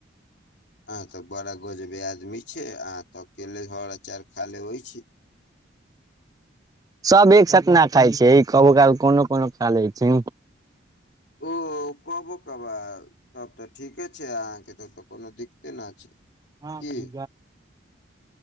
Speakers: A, on the left (about 60°); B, on the right (about 20°).
A: आह तऽ बड़ा गजबे आदमी छै आह तऽ अकेले हर अचार खा लेबहि छी
B: सब एक साथ न खाइ छै कबो काल कोनो कोनो खा लै छी
A: ओ कबो कबार तब तऽ ठीके छै अहाँके तब तऽ कोनो दिक्ते न छै
B: हुँ
A: की
B: हुँ